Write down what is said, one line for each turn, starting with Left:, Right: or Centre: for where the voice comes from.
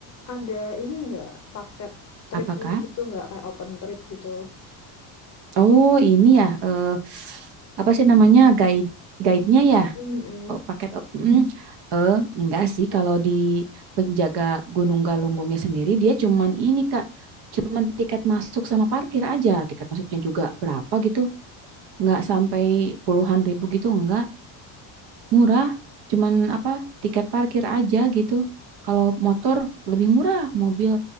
Left: ada ini nggak paket tripnya
Right: Apakah?
Left: gitu nggak kayak open trip gitu?
Right: Oh, ini ya eh, apa sih namanya guide guide-nya ya?
Left: Mm-mm.
Right: Oh, paket op- mm, eh enggak sih kalau di penjaga Gunung Galunggungnya sendiri dia cuman ini Kak cuman tiket masuk sama parkir aja tiket masuknya juga berapa gitu enggak sampai puluhan ribu gitu enggak murah cuman apa tiket parkir aja gitu kalau motor lebih murah mobil